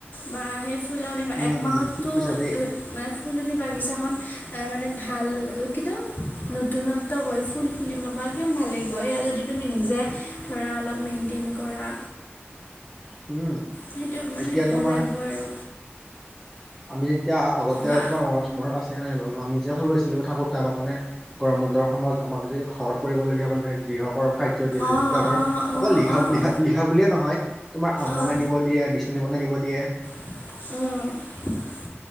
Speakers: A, on the left; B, in the centre.
A: বা সেই ফুলনি
B: উম
A: এক মাহতটো
B: উম ঠিক কৈছা দেই
A: মানে ফুলনি বাগিচাখন ত' মানে ভাল কিন্তু নতুনত্বৰ হয়। ফুল ফুলিব বা একদম ভাল লাগিব এয়া যদি তুমি নিজে ধৰা অলপ মেইন্টেইন কৰা।
B: উম।
A: সেইটো মানে
B: এতিয়া
A: ভাল
B: তোমাৰ
A: লাগিব আৰু।
B: আমি যেতিয়া আগতে
A: বা
B: তোমাৰ মনত আছে নে নাই নাজানোঁ আমি যে সৰু আছিলোঁ, থাকোতে আমাৰ মানে গৰম বন্ধৰ সময়ত আমাক যে ঘৰ কৰিবলগীয়া মানে গৃহটোৰ কাৰ্য দিয়ে যে। যেনেকুৱা
A: অঁ
B: ধৰ
A: অঁ
B: অকল
A: অঁ
B: লিখা
A: অঁ
B: লিখা বুলিয়ে নহয় তোমাৰ আম
A: অঁ
B: বনাই নিব দিয়ে বিচনী বনাই নিব দিয়ে।
A: উম।